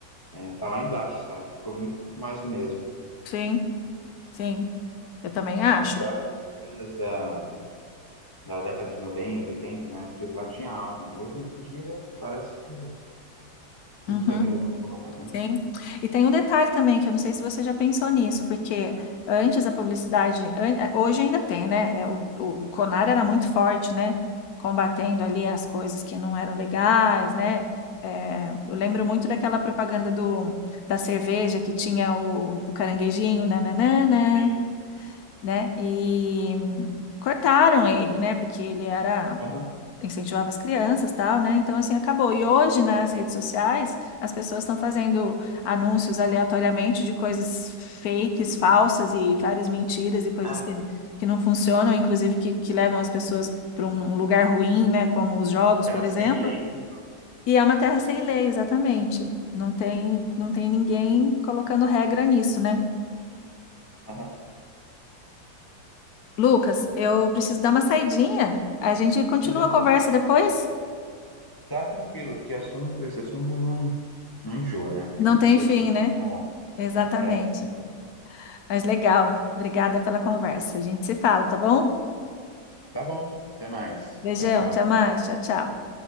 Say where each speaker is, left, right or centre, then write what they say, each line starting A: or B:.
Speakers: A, on the left (about 25°); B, on the left (about 60°).
A: é, tá lá embaixo, sabe? Ficou muito mais do mesmo.
B: Sim, sim. Eu também acho.
A: Aquelas propagandas da, da década de 90 80 né? Aquilo lá tinha alma. Hoje em dia parece que tudo
B: Uhum.
A: segue a mesma forma, né?
B: Sim. E tem um detalhe também, que eu não sei se você já pensou nisso, porque antes a publicidade, an- eh, hoje ainda tem, né? É, O, o Conar era muito forte, né? Combatendo ali as coisas que não eram legais, né? Eh, eu lembro muito daquela propaganda do, da cerveja que tinha o, o caranguejinho, nananana,
A: Sim.
B: né? E cortaram ele, né? Porque ele era
A: Aham.
B: incentivava as crianças, tal, né? Então, assim, acabou. E hoje, nas redes sociais, as pessoas estão fazendo anúncios aleatoriamente de coisas fakes, falsas e várias mentiras e coisas
A: É,
B: que, que não funcionam, inclusive que, que levam as pessoas para um lugar ruim, né? Como os jogos,
A: uma terra
B: por exemplo.
A: sem leito.
B: E é uma terra sem lei, exatamente. Não tem, não tem ninguém colocando regra nisso, né?
A: Aham.
B: Lucas, eu preciso dar uma saidinha. A gente continua
A: Beleza.
B: a conversa depois?
A: Tá tranquilo, porque assunto, esse assunto não, não enjoa, né? Tem
B: Não
A: muita
B: tem
A: coisa
B: fim,
A: sempre
B: né?
A: pra falar.
B: Exatamente.
A: É, não tem.
B: Mas legal. Obrigada pela conversa. A gente se fala, tá bom?
A: Tá bom. Até mais.
B: Beijão,
A: Tchau, tchau.
B: até mais. Tchau, tchau.